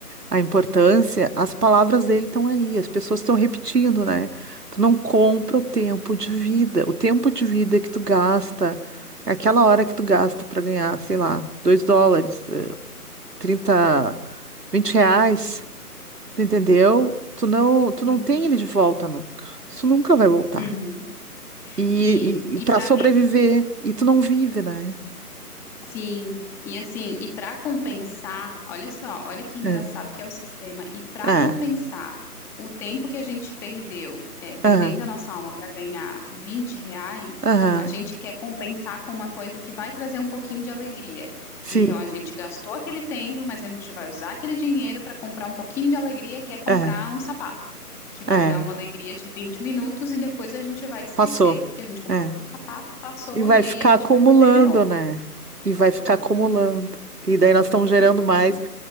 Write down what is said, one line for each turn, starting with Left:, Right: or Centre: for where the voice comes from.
Right: a importância, as palavras dele estão aí, as pessoas estão repetindo, né? Tu não compra o tempo de vida, o tempo de vida que tu gasta, aquela hora que tu gasta para ganhar, sei lá, 2 dólares, eh, 30, 20 reais, tu entendeu? Tu não, tu
Centre: Sim.
Right: não tem ele de volta nunca. Isso nunca vai voltar.
Centre: Uhum.
Right: E,
Centre: Sim.
Right: e,
Centre: E
Right: para
Centre: para
Right: sobreviver, e tu não vive, né?
Centre: Sim, e assim, e para compensar, olha só, olha que engraçado
Right: É.
Centre: que é o sistema. E para
Right: Ah,
Centre: compensar o tempo que a gente perdeu é, vendendo
Right: ah,
Centre: a nossa alma para ganhar vinte reais,
Right: ah,
Centre: a gente quer compensar com uma coisa que vai trazer um pouquinho de alegria.
Right: sim,
Centre: Então a gente gastou aquele tempo, mas a gente vai usar aquele dinheiro para comprar um pouquinho de alegria, que é comprar
Right: é,
Centre: um sapato, que vai
Right: é,
Centre: dar uma alegria de 20 minutos e depois a gente vai esquecer
Right: passou.
Centre: que a gente comprou
Right: É.
Centre: aquele sapato, passou,
Right: E vai
Centre: e
Right: ficar
Centre: aí a gente
Right: acumulando,
Centre: vai fazer de novo.
Right: né? E vai ficar
Centre: Exatamente.
Right: acumulando. E daí nós estamos gerando
Centre: Exatamente.
Right: mais.